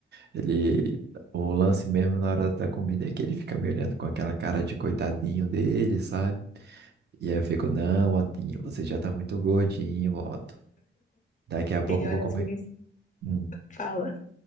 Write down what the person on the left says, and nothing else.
Ele
olha
assim e
fala,